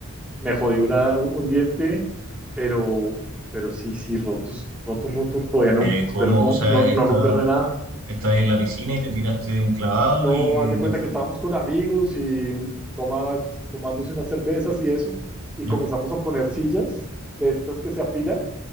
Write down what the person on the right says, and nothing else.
Pero
¿y ¿cómo?
O sea,
está,
estás en la piscina y te tiraste de un clavado
y
te
fui.
¿Ya?